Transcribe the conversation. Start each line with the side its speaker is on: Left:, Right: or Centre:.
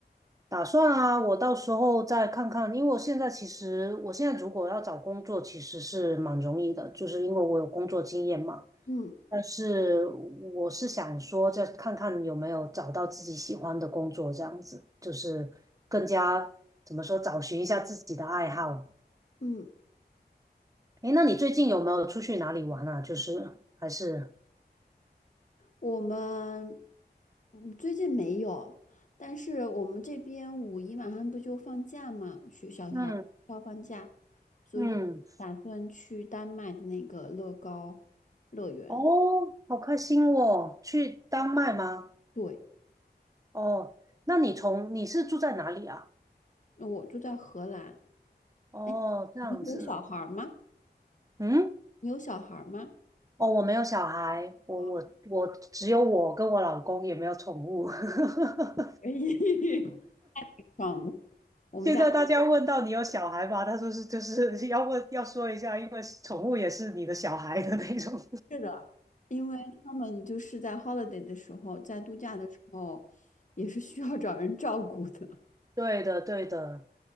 Right: 打算啊，我到时候再看看，因为我现在其实我现在如果要找工作，其实是蛮容易的，就是因为我有工作经验嘛。
Left: 嗯
Right: 但是我是想说，再看看有没有找到自己喜欢的工作，这样子就是更加怎么说，找寻一下自己的爱好。
Left: 嗯，
Right: 诶，那你最近有没有出去哪里玩啊？就是还是
Left: 我们嗯最近没有，但是我们这边五一马上不就放假嘛，学小孩儿要放假，
Right: 嗯
Left: 所以我打算去丹麦的那个乐高
Right: 嗯
Left: 乐园。
Right: 哦，好开心哦，去丹麦吗？
Left: 对，
Right: 哦，那你从你是住在哪里啊？
Left: 那我住在荷兰。
Right: 哦，
Left: 哎，
Right: 这样子，
Left: 你有小孩儿吗？
Right: 嗯，
Left: 你有小孩儿吗？
Right: 哦，我没有小孩，
Left: <laughs>
Right: 我我我只有我跟我老公，
Left: 啊，
Right: 也没有宠物。<laughs>
Left: 可以。<laughs> 爽的。我们家
Right: 现在大家问到你有小孩吗？他说是，<laughs> 就是要问要说一下，因为宠物也是你的小孩的那种。
Left: 是的，因为他们就是在 holiday 的时候，在度假的时候，也是需要找人照顾的。
Right: <laughs> 对的，对的。